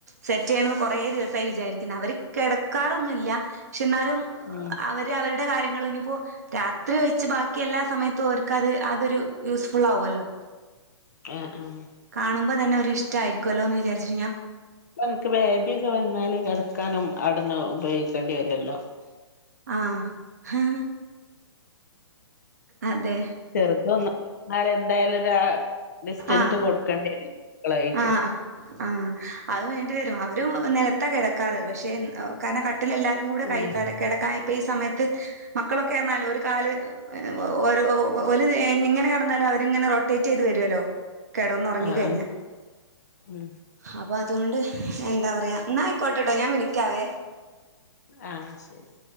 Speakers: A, on the right (about 35°); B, on the left (about 35°).
A: സെറ്റ് ചെയ്യണന്ന് കൊറേ ദിവസായി വിചാരിക്കുന്ന് അവര് കിടക്കാറൊന്നുല്ല പക്ഷെ എന്നാലും
B: ഏഹ്
A: ദേ അവരുടെ കാര്യങ്ങള് ഇനിയിപ്പോ രാത്രി ഒയിച്ച് ബാക്കി എല്ലാ സമയത്തും ഓര്ക്കത് അതൊരു യൂസ്ഫുള്ളാവ്വല്ലോ
B: ആഹ് ആഹ്
A: കാണുമ്പോ തന്നെ ഒരു ഇഷ്ടയിരിക്കുവല്ലോന്ന് വിചാരിച്ച്ട്ട് ഞാൻ
B: എനിക്ക് ബേബിയൊക്കെ വന്നാല് കെടക്കാനും അവിടുന്ന് ഉപയോഗിക്കേണ്ടി വരുവല്ലോ
A: ആഹ് അതെ
B: ചെറുത് വന്നാ നമ്മളെന്തായാലും ഒരാ ഡിസ്റ്റന്റ്
A: ആഹ്
B: കൊടുക്കേണ്ടി വരും മക്കളായിട്ട്
A: ആഹ് ആഹ് അത് വേണ്ടി വരും അവരു നെലത്താ കെടക്കാറ് പക്ഷെ കാരണം കട്ടിലെല്ലാ രും കൂടെ
B: ഉം
A: കൈ കടെ കെടക്കാ ഇപ്പ ഈ സമയത്ത് മക്കളൊക്കെന്ന് പറഞ്ഞാല് ഒരു കാല് അയ്ന് ഓ ഓര് ഓ ഓല് എങ്ങ് എങ്ങനെ കെടന്നാലും അവരിങ്ങനെ റൊട്ടേറ്റ് ചെയ്ത് വരുവല്ലോ കെടന്നൊറങ്ങി
B: ആഹ്
A: കഴിഞ്ഞ
B: ആഹ് ഉം
A: അപ്പൊ അതുകൊണ്ട് എന്താ പറയാ എന്നാ ആയിക്കോട്ടെട്ടോ ഞാൻ വിളിക്കാവേ
B: ആഹ് ശെരി